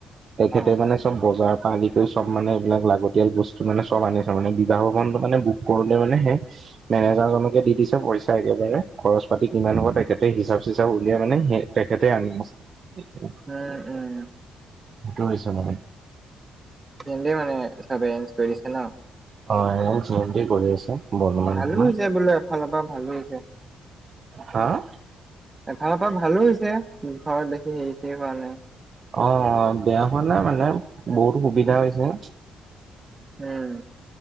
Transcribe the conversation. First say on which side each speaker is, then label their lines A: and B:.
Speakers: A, on the right; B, on the right.
A: তেখেতে
B: অ
A: মানে চব', বজাৰৰ পৰা আদি কৰি চব মানে এইবিলাক লাগতিয়াল বস্তু মানে চব আনিছে মানে বিবাহ ভৱনতো মানে বুক কৰোঁতে মানে সেই', মেনেজাৰ জনকে দি দিছে পইচা একেবাৰে খৰচ পাতি কিমান হ'ব তেখেতে হিচাপ চিচাপ উলিয়াই মানে সেই', তেখেতে আনি আছে',
B: উম', উম',
A: সেইটো হৈছে মানে',
B: সিহঁতি মানে চব এৰেঞ্জ কৰিছে ন',
A: অ জয়ন্তী কৰি আছে বৰ্তমান
B: ভালো
A: তোমাৰ
B: হৈছে বোলো এফালৰ পৰা ভালো হৈছে',
A: হা',
B: এফাৰৰ পৰা ভালো হৈছে ঘৰত বেছি হেৰি চেৰি হোৱা নাই',
A: অ', বেয়া হোৱা নাই মানে বহুত সুবিধা হৈছে',
B: উম',